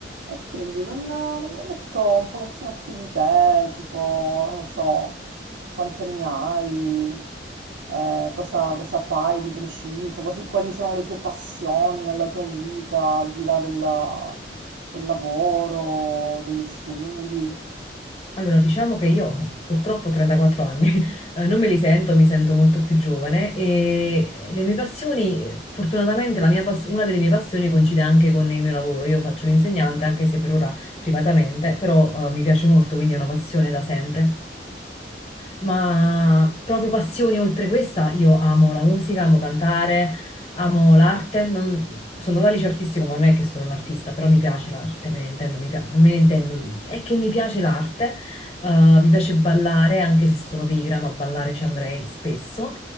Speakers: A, on the right; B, on the left.
A: E quindi non, non mi hai detto un pochettino più di te, tipo, non lo so, quanti anni hai, eh, cosa, cosa fai di preciso, quasi- quali sono le tue passioni nella tua vita, al di là della- del lavoro, degli studi.
B: Allora, diciamo che io purtroppo ho 34 anni, <laughs> eh, non me li sento, mi sento molto più giovane e eh, le mie passioni, fortunatamente la mia pass- una delle mie passioni coincide anche con il mio lavoro. Io faccio l'insegnante, anche se per ora privatamente, però eh, mi piace molto, quindi è una passione da sempre ma proprio passioni oltre questa, io amo la musica, amo cantare, amo l'arte. non- Sono andata al liceo artistico, ma non è che sono un artista, però mi piace l'arte, me ne intendo, mi pia- me ne intendo. È che mi piace l'arte, eh, mi piace ballare, anche se sono pigra, ma ballare ci andrei spesso.